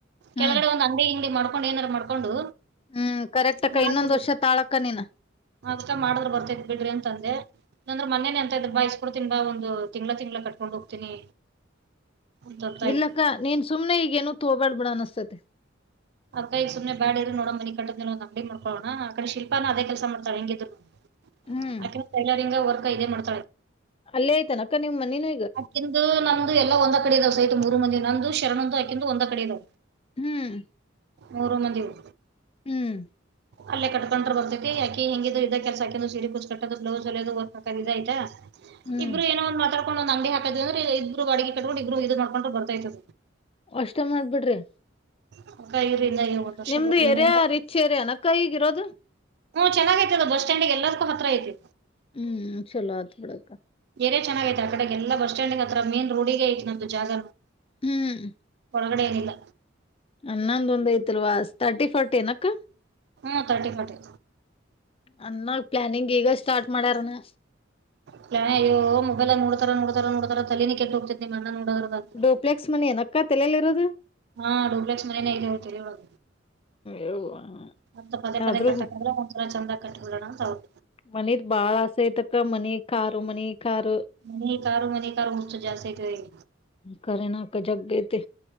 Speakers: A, on the left; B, on the right.
A: ಹ್ಮ್
B: ಕೆಳಗಡೆ ಒಂದು ಅಂಗಡಿ ಗಿಂಗಡಿ ಮಾಡ್ಕೊಂಡು ಏನಾರ ಮಾಡ್ಕೊಂಡು
A: ಹ್ಮ್ ಕರೆಕ್ಟ್ ಅಕ್ಕ
B: ಮಾಡಿದ್ರು
A: ಇನ್ನೊಂದ್ ವರ್ಷ ತಾಳಕ್ಕ ನೀನ
B: ಅದಕ್ಕ ಮಾಡಿದ್ರ ಬರ್ತೈತಿ ಬಿಡ್ರಿ ಅಂತ ಅಂದೆ ನಂದ್ರೆ ಮ ಅಂದ್ರ ಬಾ ಇಸ್ಕೊಡ್ತೀನ್ ಬಾ ಒಂದು ತಿಂಗ್ಳ ತಿಂಗ್ಳ ಕಟ್ಕೊಂಡ್ ಹೋಗ್ತೀನಿ ಅಂತ ಅಂತ
A: ಇಲ್ಲಕ್ಕ
B: ಇದ್ರು
A: ನೀನ್ ಸುಮ್ನೆ ಈಗೇನು ತೋ ಬ್ಯಾಡ ಬಿಡ ಅನಿಸ್ತೇತಿ
B: ಅದಕಗೆ ಸುಮ್ನೆ ಬ್ಯಾಡ ಇರಿ ನೋಡಣ ಮನಿ ಕಟ್ಟತ್ಗೆ ಒಂದು ಅಂಗಡಿ ಮಾಡಕೊಳ್ಳೋಣ ಆ ಕಡೆ ಶಿಲ್ಪಾನು ಅದೇ ಕೆಲಸ ಮಾಡ್ತಳ ಹೆಂಗಿದ್ರುನು
A: ಹ್ಮ್
B: ಆಕಿನೂ ಟೈಲರಿಂಗ್ ವರ್ಕ್ ಇದೆ ಮಾಡ್
A: ಅಲ್ಲೇ ಐತೇನಕ್ಕ ನಿಮ್ಮ್ ಮನೀನೂ
B: ಅಕಿಂದು ನಮ್ದು ಎಲ್ಲ ಒಂದ ಕಡೆ ಇದಾವ ಸೈಟ್ ಮೂರು ಮಂದಿವು ನಮ್ದು ಶರಣಂದು ಅಕಿಂದು ಒಂದ ಕಡೆ ಇದಾವ
A: ಹ್ಮ್
B: ಮೂರು ಮಂದಿವು
A: ಹ್ಮ್
B: ಅಲ್ಲ ಕಕೊಂಡ್ರ ಬರ್ತೈತಿ ಅಕಿ ಹೆಂಗಿದ್ರು ಇದ ಕೆಲ್ಸ ಅಕಿನೂ ಸೀರಿ ಕುಚ್ ಕಟ್ಟೋದು ಬ್ಲೌಸ್ ಹೊಲಿಯುದು ವರ್ಕ್ ಹಾಕುದು ಇದ ಐತಾ
A: ಹ್ಮ್
B: ಇಬ್ರು ಏನ ಒಂದ್ ಮಾತಾಡ್ಕೊಂಡು ಒಂದ್ ಅಂಗಡಿ ಹಾಕದ್ವಿ ಅಂದ್ರ ಇಬ್ರು ಬಾಡಗಿ ಕಟಗೊಂಡು ಇಬ್ಬರು ಇದು ಮಾಡ್ಕೊಂಡ್ರ ಬರ್ತಯ್ತಿ
A: ಅಷ್ಟ ಮಾಡ್ಬಿಡ್ರಿ
B: ಅದಕ್ಕ ಇರ್ರಿ ಇನ್ನ ಒಂದ ವರ್ಷ
A: ನಿಮ್ದು
B: ಹೋಗ್ಲಿ
A: ಎರಿಯ
B: ಇರ
A: ರಿಚ್ ಎರಿಯ ಏನಕ್ಕ ಈಗಿರೋದು
B: ಹ್ಮ್ ಚೆನ್ನಾಗ ಐತದ ಬಸ್ಸ್ಟ್ಯಾಂಡಿಗೆ ಎಲ್ಲದಕ್ಕೂ ಹತ್ರ ಐತಿ
A: ಹ್ಮ್ ಚಲೋ ಆತ ಬಿಡಕ್ಕ
B: ಏರಿಯಾ ಚೆನ್ನಾಗೈತೆ ಆಕಡೆಗೆಲ್ಲ ಬಸ್ ಸ್ಟ್ಯಾಂಡ್ಗೆ ಹತ್ರ ಮೇನ್ ರೋಡಿಗೆ ಐತ ನಮ್ದ್ ಜಾಗ
A: ಹ್ಮ್
B: ಒಳಗಡೆ ಏನಿಲ್ಲ
A: ಅಣ್ಣಂದು ಒಂದ್ ಐತಲ್ವಾ ತರ್ಟಿ ಫೋರ್ಟಿ ಏನಕ್ಕ
B: ಹ್ಮ ಥರ್ಟಿ ಫೋರ್ಟಿ
A: ಅನ್ನೋ ಪ್ಲಾನಿಂಗ್ ಈಗ ಸ್ಟಾರ್ಟ್ ಮಾಡ್ಯಾರನಾ
B: ಪ್ಲಾನ್ ಅಯೋ ಮೊಬೈಲ ನೋಡ್ತಾರ ನೋಡ್ತಾರ ನೋಡ್ತಾರ ತಲಿನ ಕೆಟ್ಟ ಹೋಗ್ತೇತಿ ನಿಮ್ಮ ಅಣ್ಣ ನೋಡದ್ರದಾಗ
A: ಡೂಪ್ಲೆಕ್ಸ್ ಮನೆ ಏನಕ್ಕ ತಲಲಿ ಇರೋದು
B: ಹಾ ಡೂಪ್ಲೆಕ್ಸ್ ಮನೆನೆೇ ಇದೆ ತಲಿ ಒಳಗ
A: ಯವ್ವಾ
B: ಮತ್ತ ಪದೇ ಪದೇ
A: ಆದ್ರೂ
B: ಕಟ್ಟಕ ಆಗಲ್ಲ ಒಂದ್ ಸರಿ ಚಂದಾಗ ಕಟ್ಟಬಿಡೋಣ ಅಂತ ಅವ್ರು
A: ಮನೀದ ಬಾಳ ಆಸೆ ಐತಕ್ಕ ಮನಿ ಕಾರು ಮನಿ ಕಾರ
B: ಮನಿ ಕಾರು ಮನಿ ಕಾರು ಹುಚ್ಚ ಜಾಸ್ತಿ ಐತವ್ರಿಗೆ
A: ಖರೇನಕ್ಕ ಜಗೈತಿ